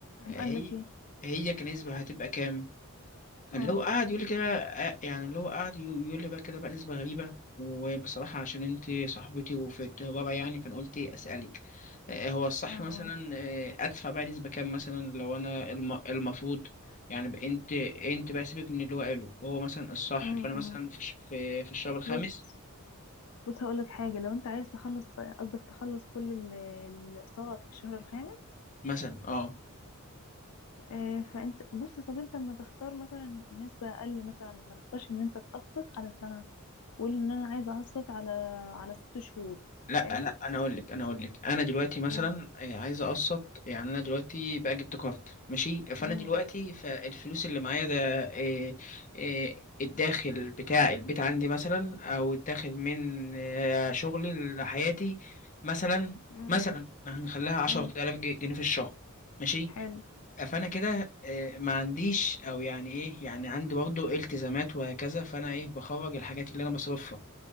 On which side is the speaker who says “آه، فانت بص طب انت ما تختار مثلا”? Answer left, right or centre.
Left